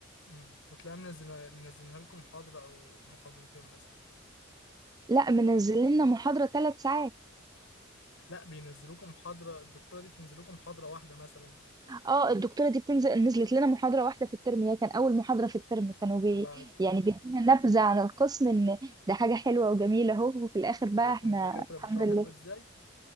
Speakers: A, on the left; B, on the right.
A: امم وتلاقيها منزل منزلها لكم محاضرة او محاضرتين مثلا
B: لا منزل لنا محاضرة ثلاث ساعات
A: لا بينزلوكم محاضرة الدكتورة دي بتنزلوكم محاضرة واحدة مثلا
B: اه الدكتورة دي بتنزل نزلت لنا محاضرة واحدة في الترم هي كان أول محاضرة في الترم كانوا بي
A: وبعد
B: يعني بيدينا نبذة عن القسم إن ده حاجة حلوة وجميلة أهو وفي الآخر بقى
A: شايفين
B: إحنا
A: الدكاترة
B: الحمد
A: بيشرحوا
B: لله
A: حلو ازاي